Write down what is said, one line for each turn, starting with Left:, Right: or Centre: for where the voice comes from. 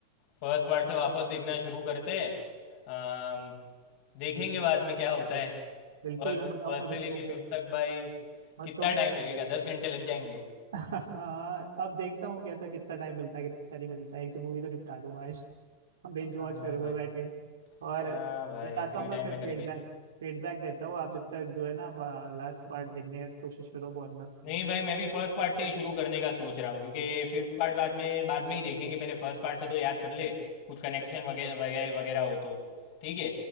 Left: फर्स्ट पार्ट से वापस देखना शुरू करते हैं अम, देखेंगे
Right: बिल्कुल
Left: बाद में क्या होता है
Right: बिल्कुल
Left: फर्स्ट
Right: मैं बताऊंगा
Left: फर्स्ट से
Right: तुमको
Left: लेके
Right: फिर।
Left: फिफ्थ तक भाई
Right: और
Left: कितना
Right: तुम एक
Left: टाइम लगेगा दस घंटे लग जाएंगे
Right: <laughs> हाँ अब देखता हूँ कैसा कितना टाइम मिलता है कितना नहीं मिलता है एक दो मूवी तो निपटा लूंगा आज <laughs> बेंच
Left: हाँ
Right: वॉच करूंगा
Left: भाई
Right: बैठ के और
Left: हाँ भाई
Right: बताता
Left: फ्री
Right: हूँ
Left: टाइम
Right: मैं फिर
Left: में करेंगे
Right: फीडबैक फीडबैक देता हूँ आप जब तक जो है ना लास्ट पार्ट देखने की कोशिश करो बहुत मस्त
Left: नहीं
Right: है
Left: भाई मैं भी फर्स्ट पार्ट से ही शुरू करने का सोच रहा हूँ क्योंकि ये फिफ्थ पार्ट बाद में बाद में ही देखेंगे पहले फर्स्ट पार्ट से तो याद कर ले कुछ कनेक्शन वगैरह वगैरह वगैरह हो तो ठीक है